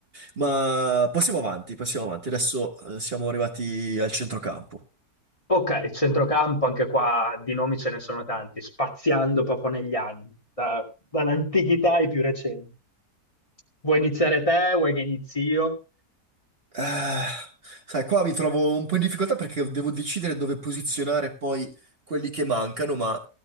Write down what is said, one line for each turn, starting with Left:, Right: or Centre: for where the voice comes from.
Right: Ma passiamo avanti, passiamo avanti. Adesso eh, siamo arrivati al centrocampo.
Left: ok, centrocampo, anche qua di nomi ce ne sono tanti, spaziando proprio negli anni, da- dall'antichità ai più recenti. Vuoi iniziare te? Vuoi che inizi io?
Right: Eh, sai, qua mi trovo un po' in difficoltà perché devo decidere dove posizionare poi quelli che mancano, ma